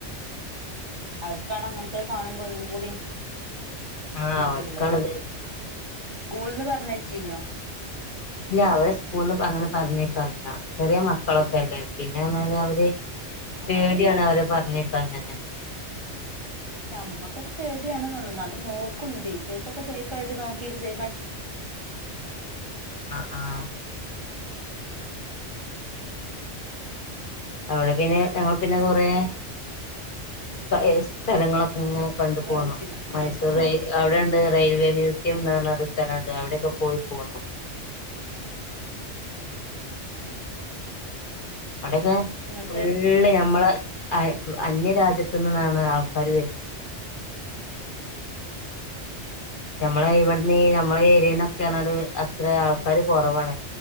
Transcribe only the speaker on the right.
അവർക്കാണ് അങ്ങനത്തത് കാണുമ്പോ ഒന്നും കൂടി
ഒരിത്ള്ളത്
സ്കൂൾന്ന് പറഞ്ഞ് അയചീനോ
ആഹ്
നമ്മക്കക്കെ പേട്യാണ്‌ന്നൊള്ളു ന്നാലും നോക്കും ടീച്ചേഴ്സൊക്കെ സേഫായിട്ട് നോക്കി സേഫ് ആയിട്ട്
അങ്ങട്
എത്തിക്കും
<inaudible>
എന്നിട്ട്
ഉം